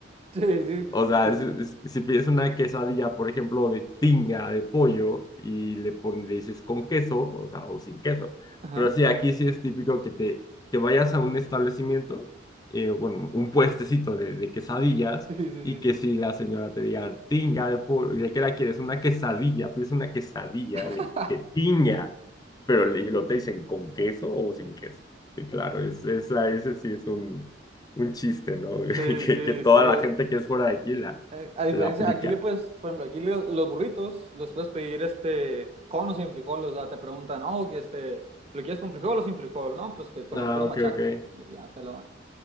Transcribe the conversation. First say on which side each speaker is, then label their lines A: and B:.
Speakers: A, on the right; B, on the left.
A: Sí, sí, pues
B: O sea,
A: es que sí.
B: si, si- si pides una quesadilla, por ejemplo, de tinga, de pollo, y le pones, le dices con queso, o sea, o sin queso.
A: Ajá.
B: Pero sí, aquí sí es típico que te que vayas a un establecimiento, eh, bueno, un puestecito de, de quesadillas,
A: Sí, sí,
B: y
A: sí.
B: que si la señora te diga tinga de pollo, ¿de qué la quieres? Una quesadilla, pides una quesadilla
A: <laughs>
B: de, de tinga, pero le, lo te dicen con queso o sin queso. Sí, claro, es, esa, ese sí es un, un chiste, ¿no? <laughs>
A: Sí,
B: Que,
A: sí,
B: que toda
A: sí. Eh,
B: la gente que es fuera de aquí la,
A: eh, A diferencia,
B: la aplica.
A: aquí le puedes, por ejemplo, aquí lo- los burritos los puedes pedir este con o sin frijol, o sea, te preguntan, oh, que este, ¿lo quieres con frijol o sin frijol? No, pues que con
B: Ah,
A: la pura machaca,
B: ok, ok.
A: y ya te lo dan.